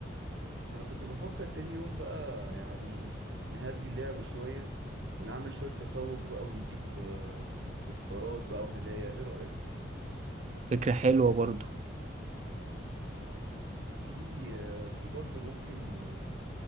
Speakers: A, on the right (about 65°); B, on the right (about 35°).
A: انا كنت بفكر تاني يوم بقى يعني نهدي اللعب شوية ونعمل شوية تسوق بقى ونجيب آه، تذكارات بقى وهدايا ايه رأيك
B: فكرة حلوة برضو
A: في في برضه ممكن